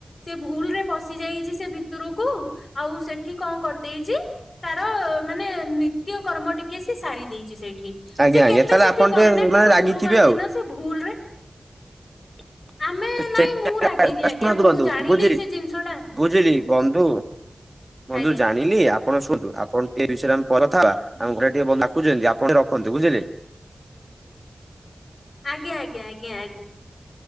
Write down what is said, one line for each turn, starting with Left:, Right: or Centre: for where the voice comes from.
Left: ସେ ଭୁଲ ରେ ପଶି ଯାଇଛି ସେ ଭିତରକୁ ଆଉ ସେଠି ଏଠି କଣ କରିଦେଇଛି ତାର ମାନେ ନିତ୍ୟ କର୍ମ ଟିକେ ସେ ସାରି ଦେଇଛି ସେଇଠି,
Right: ଆଜ୍ଞା
Left: ସେ
Right: ଆଜ୍ଞା
Left: କେବେ
Right: ତାହେଲେ
Left: ସେଠି
Right: ଆପଣ
Left: କରେ
Right: ଟିକେ
Left: ନା କିନ୍ତୁ
Right: ମାନେ ରାଗିଥିବେ
Left: ଗୁରୁବାର
Right: ଆଉ।
Left: ଦିନ ସେ ଭୁଲ ରେ
Right: <unintelligible>
Left: ଆମେ ନାଇଁ ମୁଁ ରାଗିନି
Right: ଶୁଣନ୍ତୁ
Left: ଆଜ୍ଞା ମୁଁ
Right: ବନ୍ଧୁ
Left: ଜାଣିଲି
Right: ବୁଝିଲି,
Left: ସେ ଜିନିଷ ଟା
Right: ବୁଝିଲି ବନ୍ଧୁ।
Left: ଆଜ୍ଞା
Right: ବନ୍ଧୁ ଜାଣିଲି ଆପ ଆପଣ ଶୁଣନ୍ତୁ, ଆପଣ ଏ ବିଷୟରେ ଆମେ ପରେ କଥାହେବା। ଆମ ଘରେ ଟିକେ ଡାକୁଛନ୍ତି ଆପଣ ଟିକେ ରଖନ୍ତୁ ବୁଝିଲେ।
Left: ଆଜ୍ଞା, ଆଜ୍ଞା, ଆଜ୍ଞା, ଆଜ୍ଞା।